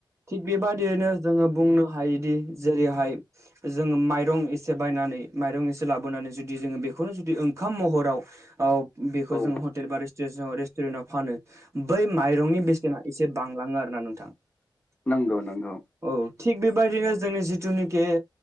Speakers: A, on the right; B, on the left.
A: थिग बेबादियैनो जोङो बुंनो हायोदि जेरैहाय जोङो माइरं एसे बायनानै माइरं एसे लाबोनानै जुदि जोङो बेखौनो जुदि ओंखाम महराव औ बेखौ
B: औ
A: जोङो हटेल बा रेस्टुरेन्टाव फानो बै माइरंनि बेसेना एसे बांलाङो आर ना नों औ।
B: नंगौ नंगौ
A: थिग बेबायदिनो जोंनि जिथुनिखि